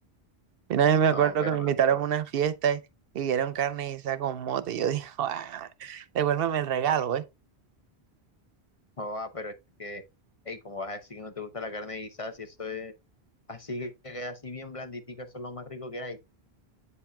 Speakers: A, on the right; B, on the left.
A: Y Una vez me acuerdo
B: No, hombre,
A: que
B: hermano,
A: me invitaron
B: pero,
A: a una fiesta y dieron carne y con mote. Y yo dije, <laughs> "Ah, devuélveme el regalo, ¿eh?
B: joda, pero es que, hey, ¿cómo vas a decir que no te gusta la carne guisa si eso es Así que así bien blanditicas son lo más rico que hay.